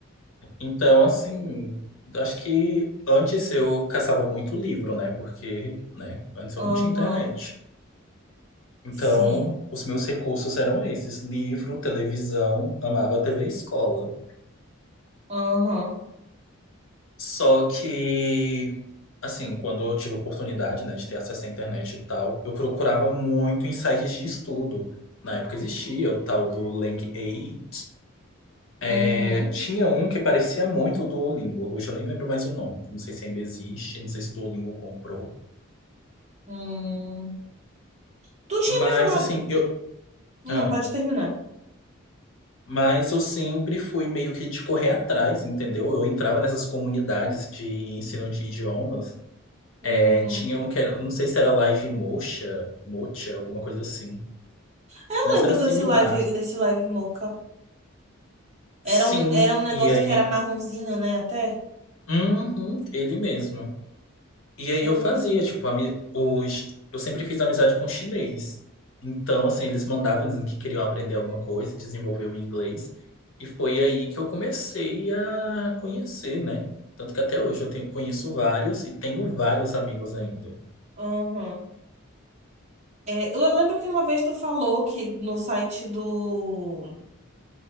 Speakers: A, on the left; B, on the right.
A: Então, assim, acho que antes eu caçava muito livro, né? Porque, né, antes
B: uhum,
A: eu não tinha internet. Então,
B: sim,
A: os meus recursos eram esses: livro, televisão, amava TV e escola.
B: uhum,
A: Só que, assim, quando eu tive oportunidade, né, de ter acesso à internet e tal, eu procurava muito em sites de estudo. Na época existia o tal do Lang 8. É,
B: uhum,
A: tinha um que parecia muito o Duolingo, hoje eu nem lembro mais o nome. Não sei se ainda existe, não sei se o Duolingo comprou.
B: hum. Tu tinha
A: Mas
B: me falado.
A: assim, eu,
B: Hum,
A: ah,
B: pode terminar.
A: mas eu sempre fui meio que de correr atrás, entendeu? Eu entrava nessas comunidades de ensino de idiomas.
B: Uhum.
A: É, tinha um que era, não sei se era Live Mocha, Mocha, alguma coisa assim.
B: Ah, Eu
A: Mas
B: lembro
A: era
B: desse
A: similar.
B: live, desse live Mocha. Era
A: Sim,
B: um, era um negócio
A: e aí?
B: que era marronzinho, né? Até.
A: Uhum, ele mesmo. E aí
B: Eu
A: eu
B: lembro.
A: fazia, tipo, ami- os... eu sempre fiz amizade com chinês. Então, assim, eles mandavam dizendo que queriam aprender alguma coisa, desenvolver o inglês. E foi aí que eu comecei a conhecer, né? Tanto que até hoje eu tenho- conheço vários e tenho vários amigos ainda.
B: Uhum. É, eu lembro que uma vez tu falou que no site do.